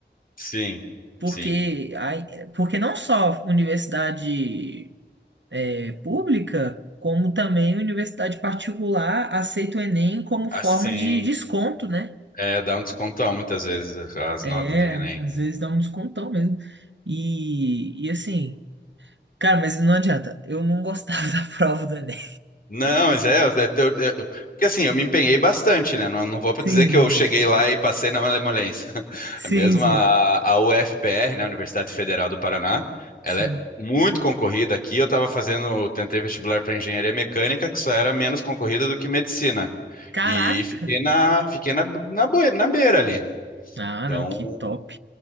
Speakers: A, on the left (about 50°); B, on the right (about 75°).
A: Sim,
B: Porque,
A: sim.
B: aí, porque não só universidade é pública, como também universidade particular aceita o Enem como forma
A: Assim,
B: de desconto, né?
A: é, dá um descontão muitas vezes as
B: É,
A: notas do Enem.
B: às vezes dá um descontão mesmo. E, e assim, cara, mas não adianta, eu não gostava <laughs> da prova do Enem.
A: Não, mas é, eu- eu- eu- porque assim, eu me empenhei bastante, né? Não, não vou
B: Sim,
A: dizer que eu cheguei lá e passei na malemolência. <laughs>
B: sim,
A: Mesmo
B: sim,
A: a, a UFPR, né, Universidade Federal do Paraná, ela
B: sim.
A: é muito concorrida aqui. Eu estava fazendo, tentei vestibular para engenharia mecânica, que só era menos concorrida do que medicina.
B: Caraca!
A: E fiquei na, fiquei na, na, boi- na beira ali.
B: Ah,
A: Então,
B: não, que top.